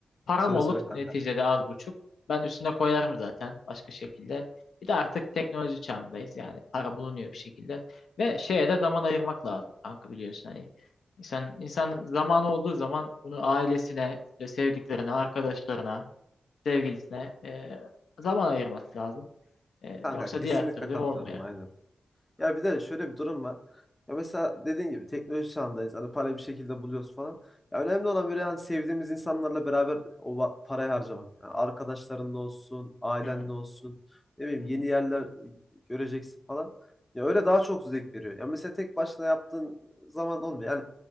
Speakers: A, on the left (about 75°); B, on the left (about 20°).
A: param
B: Söyle
A: olur
B: söyle kanka.
A: neticede az buçuk. Ben üstüne koyarım zaten başka şekilde. Bir de artık teknoloji çağındayız yani para bulunuyor bir şekilde. Ve şeye de zaman ayırmak lazım kanka biliyorsun hani. İnsan, insan zamanı olduğu zaman bunu ailesine, işte sevdiklerine, arkadaşlarına sevgilisine e, zaman ayırması lazım. E,
B: Kanka
A: yoksa
B: kesinlikle
A: diğer türlü
B: katılıyorum
A: olmuyor.
B: aynen. Ya bir de şöyle bir durum var. Ya mesela dediğin gibi teknoloji çağındayız. Hani parayı bir şekilde buluyoruz falan. Ya önemli olan böyle hani sevdiğimiz insanlarla beraber o va- parayı harcamak. Yani arkadaşlarınla olsun, ailenle
A: Hı hı,
B: olsun. Ne bileyim
A: hı
B: yeni
A: hı.
B: yerler göreceksin falan. Ya öyle daha çok zevk veriyor. Ya mesela tek başına yaptığın zaman olmuyor. Yani